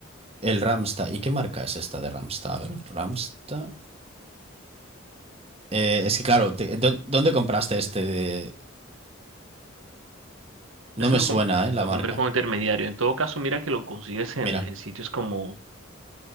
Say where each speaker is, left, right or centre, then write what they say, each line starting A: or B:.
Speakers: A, on the right (about 30°); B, on the right (about 80°).
A: El Ramsta. ¿Y qué marca es esta de Ramsta? A ver, Ramsta... Eh, es que claro, te- ¿dó- ¿dónde compraste este, No
B: Ese
A: me
B: lo,
A: suena,
B: com-
A: ¿eh? La
B: lo
A: marca.
B: compré como intermediario. En todo caso, mira que lo consigues en,
A: Mira,
B: en sitios como